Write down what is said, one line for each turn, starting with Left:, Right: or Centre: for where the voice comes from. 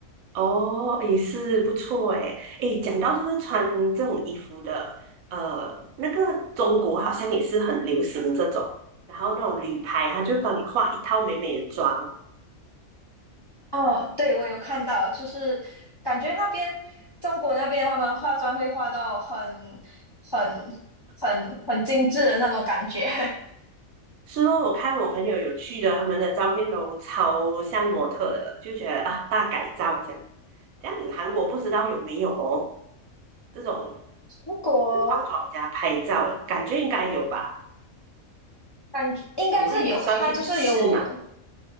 Right: 哦，也是不错诶。诶，讲到这个穿这种衣服的，呃，那个中国好像也是很流行这种，然后那种旅拍，他就帮你画一套美美的妆。
Left: 哦，对，我有看到，就是感觉那边中国那边他们化妆会化到很很很很精致的那种感觉。<laughs>
Right: 是哦，我看我朋友有去的，他们的照片都超像模特的，就觉得啊，大改造这样。这样子韩国不知道有没有哦，这种
Left: 中国
Right: 就是化妆加拍照，感觉应该有吧？
Left: 感觉应该是有，
Right: 你会打算去试吗？
Left: 它就是有。